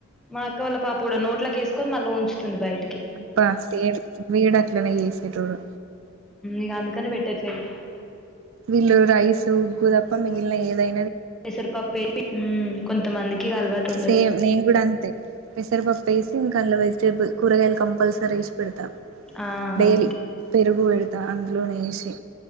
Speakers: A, in the centre; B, on the right.
A: మా అక్క వాళ్ళ పాప కూడా నోట్లకేసుకొని మళ్ళీ ఉంచుంది బయట
B: అబ్బా సేమ్ వీడ అట్లనే చేసేటోడు
A: ఇగ అందుకనే పెట్టట్లేదు
B: విల్లు రైస్ ఉగ్గు తప్ప మగిలినా ఏదై
A: పెసరిపప్పే ఉ కొంతమందికి ఇగ అలవాటు ఉండదు
B: సేమ్ నేను కూడా అంతే పెసరపప్పు వేసి ఇంకా అందు వెజిటేబుల్ కూరగాయలు కంపల్సరీసి పెడతా
A: ఆ
B: డైలీ
A: అంతే
B: పెరుగు పెడతా అందులోనే వేసి